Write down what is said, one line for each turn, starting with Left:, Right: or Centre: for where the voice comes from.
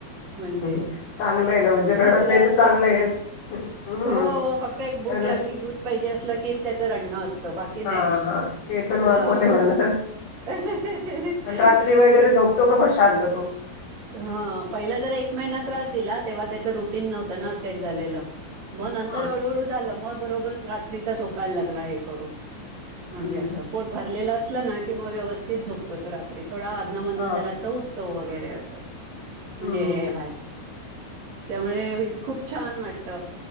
Right: म्हणजे
Left: हं. चांगलं आहे ना म्हणजे रडत
Right: हसरा
Left: नाही
Right: असल्यामुळे
Left: तर चांगलं आहे. हं.
Right: हो फक्त एक भूक
Left: अन्
Right: लागली दूध पा हीजे असलं की त्याच रडण असत. बाकी नाही
Left: हां, हां. ते तर
Right: हं.
Left: नॉर्मल आहे म्हणा.
Right: तर
Left: आणि रात्री वगैरे
Right: ते,
Left: झोपतो का मग शांत तो?
Right: ह पहिला जरा एक महि ना त्रास दिला तेव्हा त्याच्या रुटीन नव्हतं ना. सेट झालेलं मग नंतर
Left: हं,
Right: हळूहळू झालं मग बरोबरच रात्रीचा झोपायला लागला हे करून. म्हणजे
Left: हं.
Right: असं पोट भरलेला असला ना की किंवा व्यवस्थित झोपतो तो रात्री. थोडं अधन मदन
Left: हां.
Right: जरासं उठतो वगैरे असं. म्हणजे
Left: हं, हं.
Right: हे व्हायला त्यामुळे खूप छान वाटत.